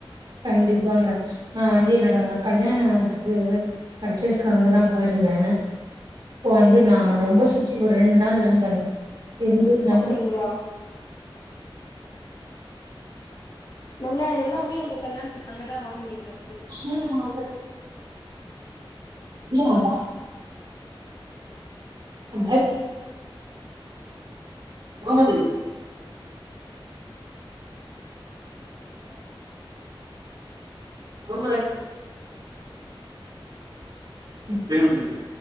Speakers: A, on the right (about 55°); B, on the left (about 50°).
A: கண்டிப்பாங்க நா வந்து என்னோட கல்யாணத்துக்கு பர்ச்சேஸ்க்கு அங்க தா போயிருந்தே அப்போ வந்து நா
B: அ
A: ரொம்ப சுறத்தி ஒரு ரெண்டு நாள் இருந்தே நா இருந்ததுனால
B: அப்டிங்ளா நல்லா எல்லாமே உங்க கல்யாணத்துக்கு அங்கதா வாங்குனீங்ளா
A: இல்ல அதா போ பவ ான் பேெண்ட